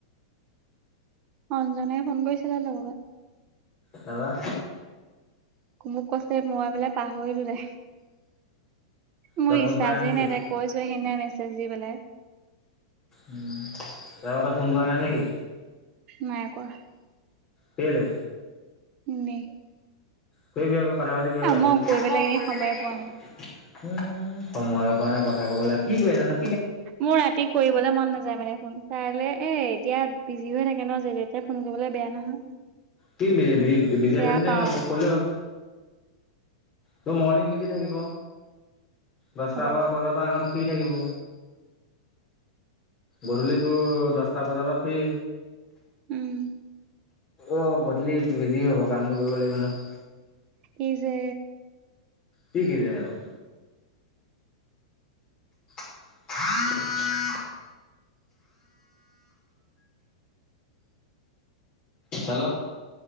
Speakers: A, on the right; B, on the left.
A: অঞ্জাই ফোন কৰিছিলা লগত',
B: হয়বা।
A: মোক কৈছে মই পেলাই পাহৰিলো দে। মোৰ
B: তই ফোন
A: ইচ্ছা,
B: কৰা নাই
A: যেনে
B: নেকি?
A: তাইক কৈছোয়ে, সেইনা মেছ আ য পেলাই
B: উম ত এটা ফোন কৰা নাই নেকি?
A: নাই কৰা।
B: তেওঁলে
A: এনেই।
B: সেই য আ। কথা-পাতি, বিয়া
A: আ
B: পাতিম।
A: মই কৰি
B: এ ম‌ওঁ
A: পেলাই এনেই
B: কৰিবলেগে
A: সময়ে
B: হোৱা
A: পোৱা
B: নাই আকৌ। উম সময়ৰ পৰাণে কথা কবলৈ কি কৈ আছানো?
A: মোৰ ৰাতি কৰিবলৈ মন নাযায় মানে দেখোন কাইলৈ এ এতিয়া বিজী হৈ থাকে ন। যে-তেতিয়া ফোন কৰিবলৈ বেয়া নহয়।
B: কিজ বিজিয়
A: বেয়া
B: চ নে
A: পাও
B: ক'লে হ'ল তোৰ মৰ্ণিং বুজি থাকিব। দহটা
A: হ'ব
B: বাৰ বজাৰ পৰা এন ফ্ৰী থাকিব গধূলিটো দহটা বজাৰ পৰা ফ্ৰী
A: উম।
B: অ', গধূলি বিজী হ'ব কামটো কৰিব লাগিব ন।
A: ই যে।
B: কি, কি যে আকৌ। <inaudible> হেল্ল'।